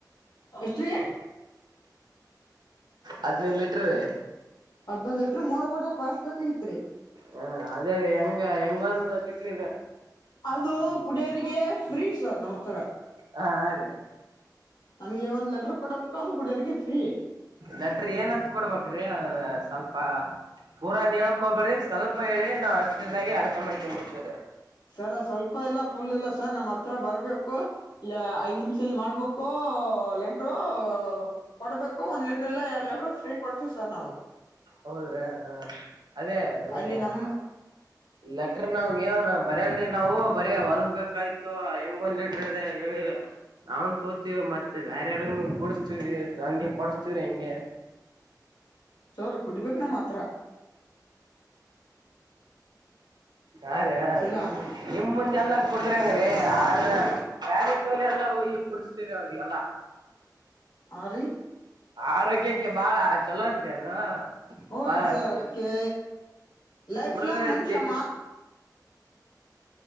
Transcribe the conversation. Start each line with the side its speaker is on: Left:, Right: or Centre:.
Left: ಎಷ್ಟ್ರೀ
Right: ಹದ್ನೈದು ಲೀಟ್ರೀ
Left: ಹದ್ೊಂದ್ ಲಲೆಟ್ರರ್ ಮೋನ ಕೊಟ್ರ ಪಾಸ್ಕ್ಗತ್ರಿ
Right: ಹಾ ಅದೇ ರೀ ಹೆಂಗ ಹೆಂಗೊಂದು್ ಚಟ್ರ
Left: ಅದು ಕುಡಿಯೋರಿಗೆ ಫ್ರೀ ಸರ್ ನಮ್ಮ ಹತ್ರ
Right: ಹಾ ಅ ರೀ
Left: ನಮ್ಗೆ ಒಂದು ಲೆಟರ್ ಕೊಡಬೇಕು ಅದು. ಕುಡಿಯೋರಿಗೆ ಫ್ರೀ
Right: ನಟ್ರಿ ಏನಂತ ಕೊಡ್ಬೇಕ್ರಿ ಅದ ಸ್ವಲ್ಪ ಪೂರಾ ನೀಳಕ್ ಹಬ್ರಿ ಸ್ವಲ್ಪ ಹೇಳಿ ನಾವು ಅಷ್ಟ ಚೆನ್ನಾಗಿ ಅರ್ಥ ಮಾಡ್ಿಕೊ ಮುಡ್ತೇವ
Left: ಸರ್ ಅದ್ ಸ್ವಲ್ಪ ಇಲ್ಲ ಫುಲ್ ಇಲ್ಲ ಸರ್ ನಮ್ಮ್ ಹತ್ರ ಬರ್ಬೇಕು ಇಲ್ಲ ಐದ್ ನಿಮಿಷದಲ್ಲಿ ಮಾಡ್ಬೇಕು ಲೆಟರು ಕೊಡ್ಬೇಕು ಒಂದ್ ಲೀಟರ್ ಎಲ್ಲ ಯ ಲೆಟ್ರು ಫ್ರೀ ಕೊಡ್ತೀವಿ ಸರ್ ನಾವು
Right: ಹೌದ್ರಾ ಹ ಅದೇ ಹಿಂಗ
Left: ಅಲ್ಲಿ ನಮ್ಮ
Right: ಲೆಟರ್ ನಾವವನ ಬರಿ ಅಲ್ರಿ ನಾವು ಬರೀ ಹೊಲಗ್ಬೇಕಾಯ್ತು ಹೆಂಗ ಒಂದ್ ಲೀಟ್ರ ಅದ ಹೇಳಿ ನಾವನ್ ತೋತಿವಿ ಮತ್ತೆ ಬೇಾರ ಯಾರ ಕುಡಸ್ತೀವ್ರಿ ಹಂಗೆ ಕೊಡಸ್ತೀವ್ರಿ ಹಂಗೆ
Left: ಸೌರಿ ಕುಡ್ಬೇಕೇ ನಮ್ಮ ಮಾತ್ರ
Right: ಹಾ ರೀ ಹ
Left: ಚೀಲಾ
Right: ನಿಮ ಮುಂಜೆಲ್ಲ ಕುಡದ್ರಿ ಅಂಗ್ರೀ ಆದ ಬ್ಯ ಎಲ್ಲ ಒಯ್ಯಿ ಕುಡಿಸತರ ಅವ್ರಿಗೆಲ್ಲ
Left: ಆ ರಿ
Right: ಆರೋಗ್ಯಕ್ಕೆ ಬಾಳ ಚಲೋ ಅಂತ್ರಿ ಅದು
Left: ಹ್ರೀ
Right: ಬಾಯ
Left: ಸರ್
Right: ಆತ
Left: ಅದಕ್ಕೆ ಲೈಫ್
Right: ಕುಡಿದ್ರೆತಿ
Left: ಲಾಂಗ್ ಮನುಷ್ಯ ಮಾತ್